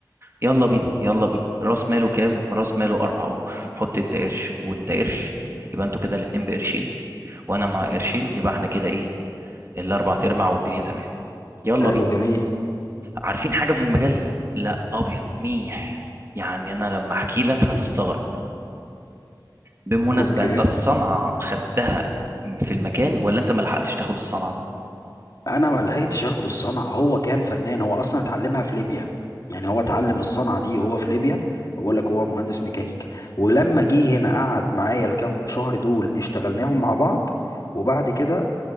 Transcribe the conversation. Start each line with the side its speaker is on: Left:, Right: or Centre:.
Right: يلا بينا يلا بينا راس ماله كام راس ماله اربع قروش حط انت قرش وانت قرش يبقى انتوا كده الاتنين بقرشين وانا مع قرشين
Left: مم.
Right: يبقى احنا كده ايه الاربع تربع والدنيا تمام يلا
Left: حلو
Right: بينا
Left: جميل
Right: عارفين حاجة في المجال؟ لا أبيض ميح يعني أنا لما أحكي لك هتستغرب بالمناسبة
Left: اوكي
Right: أنت الصنعة خدتها في المكان ولا أنت ما لحقتش تاخد الصنعة؟
Left: انا ما لحقتش اخد الصنعه هو كان فنان هو اصلا اتعلمها في ليبيا يعني هو اتعلم الصنعه دي هو في ليبيا بقول لك هو مهندس ميكانيكا ولما جه هنا قعد معايا الكام شهر دول اشتغلناهم مع بعض وبعد كده